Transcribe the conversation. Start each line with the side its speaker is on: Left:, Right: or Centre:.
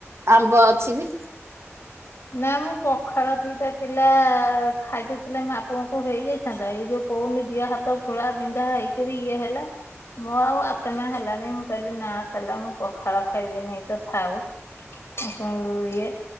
Right: ଆମ୍ବ ଅଛି ବି।
Left: ନା ମୁଁ ପଖାଳ ଦିଟା ଥିଲା ଖାଇଦେଇଥିଲେ ମା ପ <unintelligible> ହେଇଯାଇଥାନ୍ତା ଏଇ ଯୋଉ କହୁନି ଦିହ ହାତ ଘୋଳା ବିନ୍ଧା ହେଇକିରି ଇଏ ହେଲା। ମୁଁ ଆଉ ଆତ୍ମା ହେଲାନି, ମୁଁ କହିଲି ନା ତାହେଲା ମୁଁ ପଖାଳ ଖାଇବି ନାଇ ତ ଥାଉ। ଆଉ କଣ ଇଏ